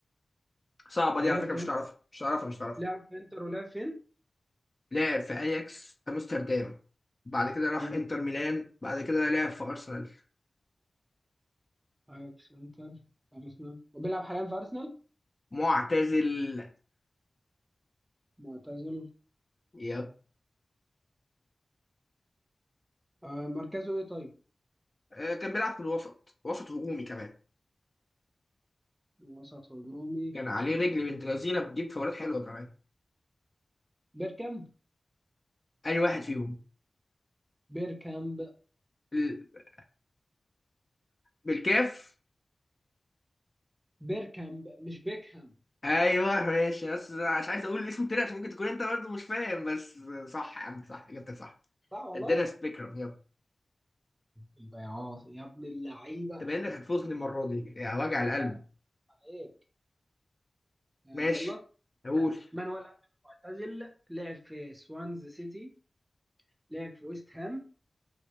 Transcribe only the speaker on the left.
صعبه دي
على فكره
مش تعرفها مش تعرفها مش تعرفها
لعب في اياكس امستردام بعد كده راح
انتر ميلان بعد كده لعب في ارسنال
معتزل
يب
آه، كان بيلعب في الوسط وسط هجومي كمان
كان عليه رجل بنت لذينه بتجيب فاولات حلوه كمان
انهي واحد فيهم
ال- بالكاف
ايوه ماشي بس أنا مش عايز اقول الاسم تاني عشان ممكن تكون انت برضه مش فاهم بس صح يا عم صح اجابتك صح
ادينا سبيكرم يب
انت باين انك هتفوزني المره دي يا وجع
القلب
ماشي
اقول